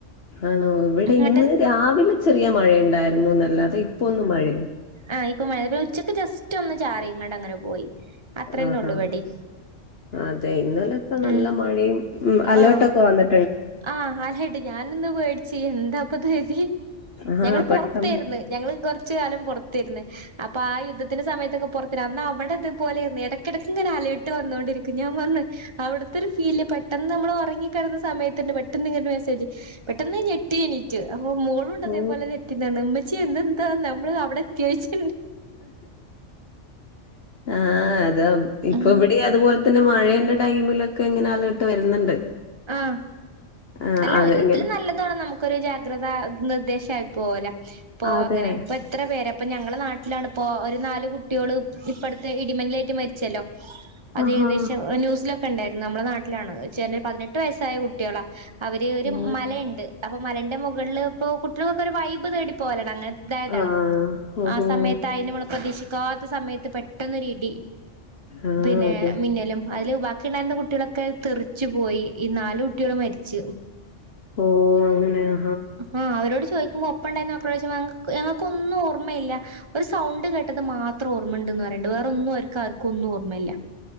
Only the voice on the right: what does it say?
ഇങ്ങോട്ട്
ആഹ് ഇപ്പ മഴ പിന്നെ ഉച്ചക്ക് ജസ്റ്റൊന്ന് ചാറിങ്ങാണ്ടങ്ങനെ പോയി അത്രന്നെ
ഉള്ളൂ ഇവിടേം
ഉം
ആ
ആഹ് അലേർട്ട് ഞാനൊന്ന് പേടിച്ച് എന്താപ്പത് കരുതി
ഞങ്ങള്
പൊറത്തേരുന്ന് ഞങ്ങള് കൊറച്ച് കാലം പൊറത്തേരുന്ന് അപ്പോ ആ യുദ്ധത്തിന്റെ സമയത്തൊക്കെ പൊറത്തേന്ന് അന്ന് അവടെ ഇതേ പോലെയാന്ന് എടക്കെടക്ക് ഇങ്ങനെ അലേ ർട്ട് വന്നോണ്ടിരിക്കും ഞാൻ വന്ന് അവിടുത്തെയൊരു ഫീല് പെട്ടന്ന് നമ്മൾ ഉറങ്ങിക്കിടുന്ന സമയ ത്ത് തന്നെ പെട്ടന്ന് ഇങ്ങനൊരു മെസേജ് പെട്ടെന്ന് ഞാൻ ഞെട്ടി എണീക്കും അപ്പോ മോളും ഉണ്ട്
അതേപോലെ <unintelligible> ച്ചേ ഇതെന്താ നമ്മള് അവിടെ ചേച്ചിയുണ്ട്
ഉം
ആഹ്
അല്ല
ഒരു വിധത്തില്
നല്ലതാണ് നമു ക്കൊരു ജാഗ്രത നിർദ്ദേശമായി പോകലാ അപ്പൊ
അങ്ങനെ എത്ര പേരാ അപ്പൊ ഞങ്ങളുടെ നാട്ടിലാണ് ഇപ്പോ ഒരു നാല് കുട്ടികള് ഇപ്പോ അടുത്തെ ഇടിമിന്നലേറ്റ് മരി ച്ചല്ലോ അത്
ഏകദേശം ന്യൂസിലൊക്കെ ഉണ്ടായിരുന്നു നമ്മുടെ നാട്ടിലാണ് ചാനൽ പതിനെ ട്ട് വയസ്സായ കുട്ടികളാ അവര് ഒരു
മലയുണ്ട് അപ്പൊ മലേന്റെ മുകളിൽ ഇപ്പോ കുട്ടികൾക്കൊരു വൈബ് തേടി പോകലാണ് അങ്ങനെ അതായതാണ്
ആ സമയത്തായ നമ്മൾ പ്രതീക്ഷിക്കാത്ത സമയത്ത് പെട്ടെന്നൊരു ഇടി
പിന്നെ
മിന്നലും അതില് ബാക്കി ഉണ്ടായിരുന്ന കുട്ടികളൊക്കെ തെറിച്ച് പോയി ഈ നാല് കുട്ടികള് മരിച്ചു
ആഹ് അവരോട് ചോദിക്കുമ്പോ ഒപ്പം ഉണ്ടായിരുന്ന <unintelligible> ഞങ്ങൾക്കൊന്നും ഓർമ്മയില്ല ഒരു സൗണ്ട് കേട്ടത് മാത്രം ഓർമ്മയുണ്ടന്ന് പറയണ്ട് വേറൊന്നും അവർക്ക് ആർക്കും ഒന്നും ഓർമ്മയില്ല